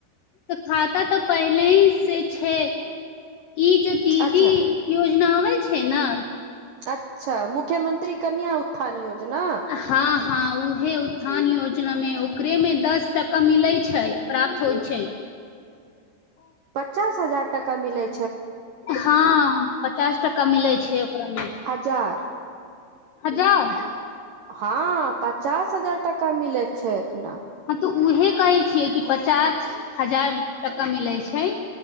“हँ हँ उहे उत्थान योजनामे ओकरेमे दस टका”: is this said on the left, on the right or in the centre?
Left